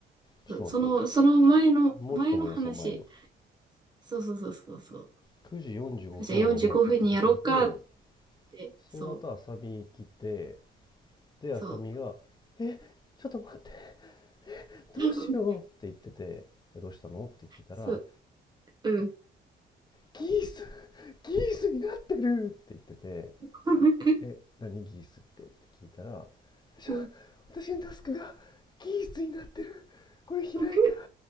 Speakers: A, on the left (about 20°); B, on the right (about 20°).
A: ちょっと待って
B: その、その前の、
A: もうちょっと思い出そう前を
B: 前の話。そうそうそうそうそう。
A: 9時45分ぐらいの話だったとすると
B: じゃあ45分にやろうかって。そう、
A: そうだと浅見来てで浅見が「えちょっと待って
B: そう。
A: どうしよう」って言ってて「えどうしたの?」って聞いたら
B: <laughs> そう、うん。
A: 「ギースギースになってる!」って言ってて
B: <laughs>
A: 「え何ギースって?」って聞いたら「ち
B: うん。
A: 私のタスクがキースになってるこれ開いたら
B: うん。